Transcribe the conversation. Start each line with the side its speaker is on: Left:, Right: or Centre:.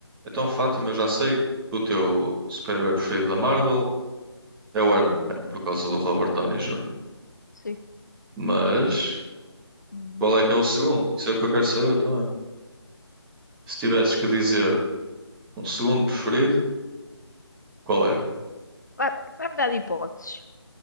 Centre: Então, Fátima, eu já sei que o teu super-herói preferido da Marvel é o Iron Man, por causa do Robert Downey Jr.
Left: Sim.
Centre: Mas
Left: Hum.
Centre: qual é que é o segundo? Isso é o que eu quero saber também. Se tivesses que dizer um segundo preferido, qual era?
Left: Vai, vai-me dar de hipóteses.